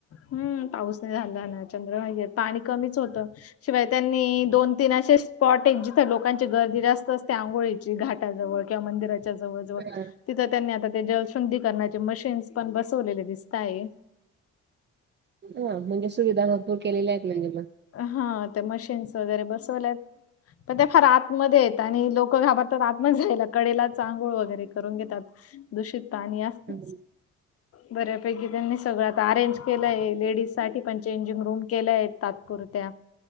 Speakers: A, on the left; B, on the right.
A: हम् पाऊस नाही झाला ना चंद्रभागेत पाणी कमीच होतं. शिवाय त्यांनी दोन तीन असे स्पॉट एक जिथे लोकांची गर्दी जास्त असते आंघोळीची घाटाजवळ. किंवा मंदिराच्या जवळ जवळ.
B: हा
A: तिथं त्यांनी आता ते जलशुद्धी करण्याचे मशीन्स पण बसवलेले दिसत आहेत.
B: ह म्हणजे सुविधा भरपूर केलेल्या आहेत म्हणजे मग.
A: हा ते मशीन्स वगैरे बसवल्यात. पण त्या फार आतमध्ये आहेत आणि लोकं घाबरतात आतमध्ये जायला कडेलाच अंघोळ वगैरे करून घेतात. दूषित पाणी असत.
B: हम्म
A: बऱ्यापैकी त्यांनी सगळं आता अरेंज केलंय लेडीज साठी पण. चेंजिंग रूम केल्या आहेत तात्पुरत्या.